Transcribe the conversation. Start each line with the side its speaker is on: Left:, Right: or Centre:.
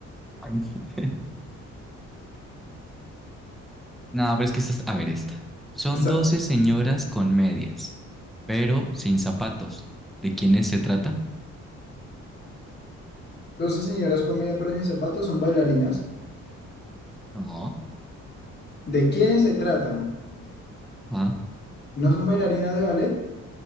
Centre: Ay. <laughs> No, pero es que esta, es- a ver esta. Son
Left: <laughs> Está.
Centre: 12 señoras con medias, pero sin zapatos. ¿De quiénes se trata?
Left: 12 señoras con media pero sin zapatos son bailarinas.
Centre: No,
Left: ¿De quiénes se tratan?
Centre: ah,
Left: ¿No son bailarinas de ballet?